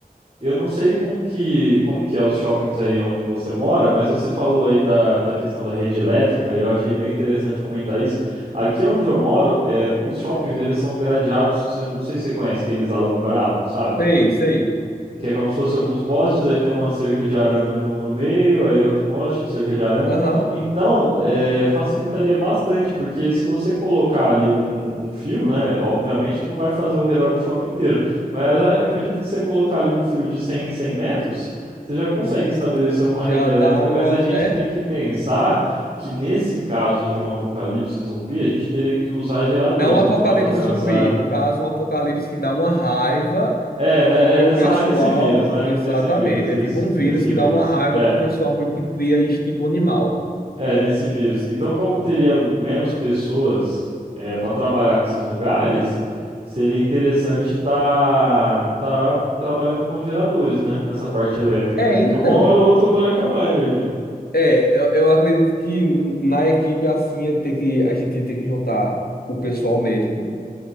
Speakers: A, on the right; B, on the left.
A: eu não sei como que, como que é os shoppings aí onde você mora, mas você falou aí da, da questão da rede elétrica e eu achei bem interessante comentar isso. Aqui onde eu moro, é, os shoppings, eles são gradeados, você não sei se você conhece aqueles alambrados, sabe?
B: Sei, sei.
A: que é como se fosse alguns postes, aí tem uma cerca de arame no, no meio, aí outro poste, cerca de arame.
B: Aham.
A: Então, é, facilitaria bastante, porque se você colocar ali um, um fio, né, obviamente que não vai fazer o redor do shopping inteiro, mas a- acredito que você colocar ali um fio de 100 em 100 metros, você já consegue
B: Hum,
A: estabelecer uma
B: já
A: rede elétrica,
B: dá uma,
A: mas a gente
B: né?
A: tem que pensar que nesse caso de um apocalipse zumbi, a gente teria que usar geradores
B: Dá um apocalipse
A: para estar fazendo
B: zumbi.
A: essa
B: No caso, um apocalipse que dá uma raiva
A: é, né,
B: e que
A: é, nessa,
B: o pessoal.
A: ra- nesse vírus, né?
B: Exatamente.
A: Nesse vírus, isso.
B: É tipo um vírus
A: Nesse
B: que
A: vírus.
B: dá uma raiva
A: É,
B: que o pessoal meio que cria instinto animal.
A: é, nesse vírus. Então, como teria menos pessoas é, para trabalhar nesses lugares, seria interessante tá, tá trabalhando com geradores, né? Nessa parte elétrica,
B: É,
A: porque
B: então.
A: uma hora ou outra vai acabar a energia.
B: É, eu, eu acredito que na equipe é assim é ter que, a gente tem que juntar o pessoal médico,